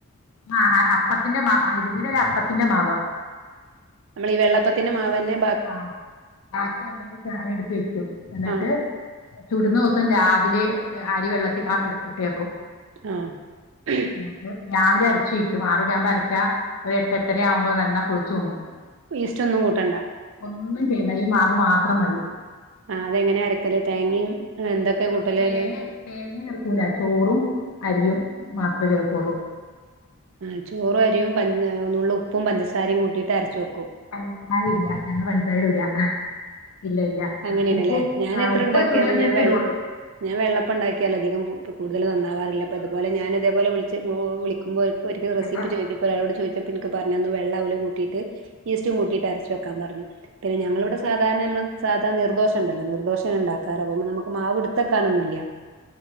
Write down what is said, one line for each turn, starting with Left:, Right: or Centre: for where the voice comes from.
Left: ആഹ് ആഹ് അപ്പത്തിന്റെ മാവ് ഇഡലിയുടെ അല്ല അപ്പത്തിന്റെ മാവ്
Right: നമ്മൾ ഈ വെള്ളപ്പത്തിന് മാവന്നെ
Left: ആഹ് ബാക്കി ഉണ്ടെങ്കി താന എടുത്ത് വെക്കും എന്നിട്ട്
Right: ആഹ്
Left: ചുടുന്ന ദിവസം രാവിലെ അരി വെള്ളത്തിൽ ഇ ഇട്ടേക്കും
Right: <unintelligible> <inaudible>
Left: എന്നിട്ട് രാവിലെ അരച്ച് വെക്കും ആറ് മണി ആവുമ്പോ അരച്ചാ ഒരു എട്ട് എര ആവുമ്പോ നല്ലൊളിച്ചു പൊങ്ങും
Right: ഈസ്റ്റ് ഒന്നും കൂട്ടേണ്ട
Left: ഒന്നും ചെയ്യണ്ട ഈ മാവ് മാത്രം മതി
Right: ആഹ് അതെങ്ങനെയ അരയ്ക്കല് തേങ്ങയും എന്തൊക്കെ കൂട്ടലേല്
Left: തേങ്ങ
Right: അതിൽ
Left: തേങ്ങ ചേർക്കൂല ചോറും അരിയും മാത്രമേ ചേർക്കുള്ളൂ
Right: ആ ചോറു അരിയും പഞ് നുള്ള് ഉപ്പും പഞ്ചസാരയും കൂട്ടിയിട്ട് അരച്ച് വെക്കും
Left: <inaudible> ആയില്ല ഞങ്ങൾ പഞ്ചസാര ഇടൂല ഇല്ല ഇല്ല
Right: അങ്ങനെയാണല്ലേ
Left: ഉപ്പും
Right: ഞാൻ
Left: ആ
Right: എത്ര
Left: ഉപ്പ്
Right: ഉണ്ടാക്കിയാലും
Left: ചുടാൻ നേരത്തിടുള്ളൂ
Right: ഞാൻ വെള്ള ഞാൻ വെള്ളപ്പം ഉണ്ടാക്കിയാലോ അധികം ഇ കൂടുതൽ നന്നാവാറില്ല അപ്പോ ഇതുപോലെ ഞാൻ ഇതേപോലെളിച്ച വിളിക്ക്പോ <inaudible> ഒരിക്ക റെസിപി
Left: ഞങ്ങൾ
Right: ചോദിച്ചപ്പോ എനിക്ക് പറഞ്ഞന്ന് വള്ള അവല കൂട്ടിട്ട് ഈസ്റ്റും കൂട്ടയിട്ട് അരച് വെക്കാൻ പറഞ്ഞു പിന്നെ ഞങ്ങളിവിടെ
Left: ആ
Right: സാധാരണ നമ്മൾ സാധാ നിർദോഷ ണ്ടല്ലോ നിർദോഷ ഉണ്ടാക്കാറ അപ്പോ നമുക്ക് മാവ് വിടുത്തക്കാനൊന്നുമില്ല